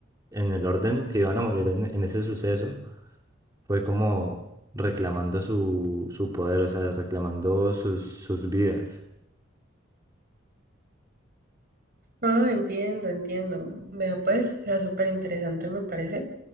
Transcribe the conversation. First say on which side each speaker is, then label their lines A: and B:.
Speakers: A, on the right; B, on the right.
A: en el orden que iban a morir en, en ese suceso, fue como reclamando su, su poder, o sea, reclamando sus, sus vidas.
B: Ah, entiendo, entiendo. Vea, pues, o sea, súper interesante me parece.